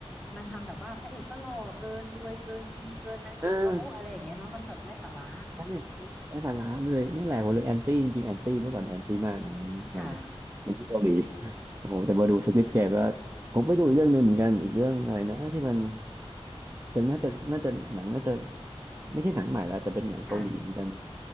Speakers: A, in the centre; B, on the right.
A: มันทำแบบว่าพระเอกก็หล่อเกินรวยเกินดีเกินนางเอกก็โอ้อะไรอย่างเงี้ยเนาะมันแบบไร้สาระ
B: เออฉันเนี่ยทิ้งไอ้สาระไปเลยนั่นแหละผมเลยแอนตี้จริงๆแอนตี้เมื่อก่อนแอนตี้มากหนังหนัง
A: ค่ะ
B: หนังที่เกาหลีโอ้โหแต่มาดูสควิดเกมก็ผมไปดูอีกเรื่องหนึ่งเหมือนกันอีกเรื่องอะไรนะที่มันแต่น่าจะน่าจะหนังน่าจะ ไม่ใช่หนังใหม่แล้วแต่เป็นหนังเกาหลีเหมือนกัน
A: ค่ะ